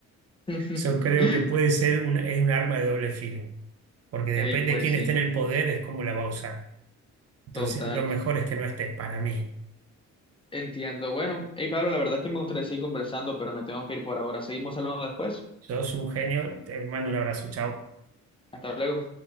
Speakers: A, on the left; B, on the right.
A: <laughs>
B: Yo creo que puede ser un, es un arma de doble filo, porque depende
A: Y pues
B: de quién
A: sí,
B: esté en el poder es cómo la va a usar. Entonces
A: total.
B: lo mejor es que no estés para mí.
A: Entiendo. Bueno, hey Pablo, la verdad es que me gustaría seguir conversando, pero me tengo que ir por ahora. Seguimos hablando después.
B: Yo soy un genio, te mando un abrazo, chao.
A: Hasta luego.